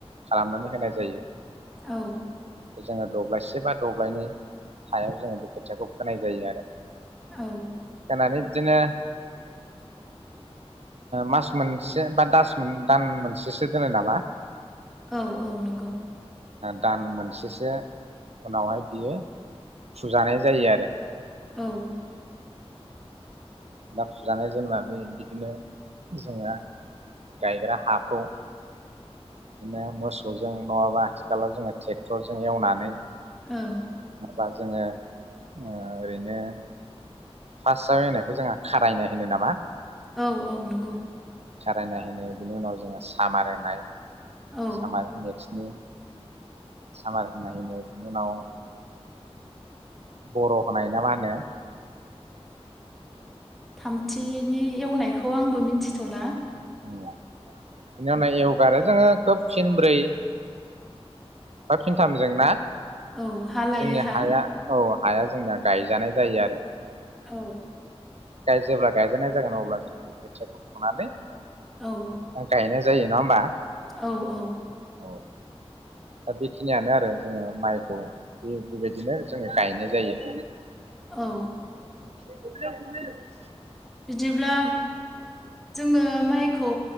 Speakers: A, on the right; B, in the centre.
A: खालामनानै होनाय जायो।
B: औ
A: जोङो दब्लायसे बा दब्लायनै हायाव जोङो बे खोथियाखौ फोनाय जायो आरो।
B: औ
A: होनानै बिदिनो मास मोनसे बा दान मोनसेसो दोनो नामा
B: औ औ नंगौ
A: दान मोनसेसो उनावहाय बियो फुजानाय जायो आरो
B: औ
A: ना फुजानाय जोमनानै बिदिनो जोङो गायग्रा हाखौ बिदिनो मोसौजों नङाबा आथिखालाव जोङो ट्रेक्टरजों एवनानै
B: औ
A: माबा जोङो ओरैनो फार्स्टआव एवनायखौ जोंङो खारायनाय होनो नामा?
B: औ औ नंगौ
A: खारायनायहोनो बिनि उनाव जोङो सामार होननाय
B: औ
A: सामार स्नि सामार होनाय बिनि उनाव बर' होननाय ना मा होनो
B: थामथिनि एवनायखौ आंबो मिथिथ'ला
A: औ बिनि उनाव एवगारो जोङो खोब फिनब्रै बा फिनथामजों ना
B: औ हा लायै
A: जोंनि
B: हा
A: हाया औ हाया जोंना गायजानाय जायो आरो
B: औ
A: जेब्ला गायजानाय जागोन अब्ला जोङो बे खोथियाखौ फुनानै
B: औ
A: आ गायनाय जा जायो नङा होमबा
B: औ औ
A: औ दा बेखिनियानो आरो जोङो माइखौ बेबायदिनो जोङो गायनाय जायो
B: औ
A: <inaudible> <unintelligible>
B: बिदिब्ला जोङो माइखौ